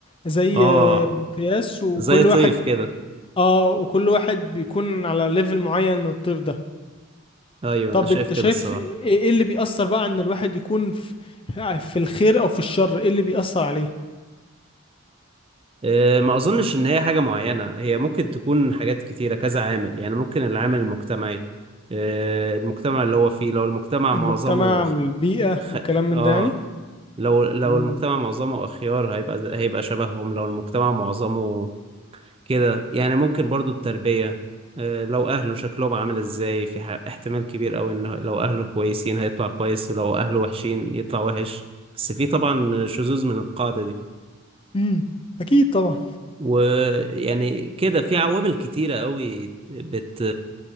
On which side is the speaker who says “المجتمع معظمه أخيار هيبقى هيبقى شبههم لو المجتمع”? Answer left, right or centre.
Right